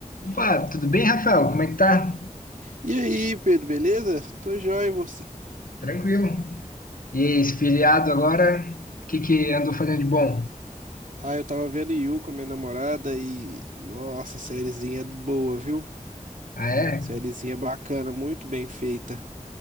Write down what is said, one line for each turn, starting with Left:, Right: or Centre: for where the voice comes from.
Left: Opa, tudo bem, Rafael? Como é que tá?
Right: E aí, Pedro, beleza? Tô joia, e você?
Left: Tranquilo. E aí, esfiliado agora, o que que andou fazendo de bom?
Right: Ah, eu tava vendo You com a minha namorada e... Nossa, sériezinha boa, viu?
Left: Ah, é?
Right: Sériezinha bacana, muito bem feita.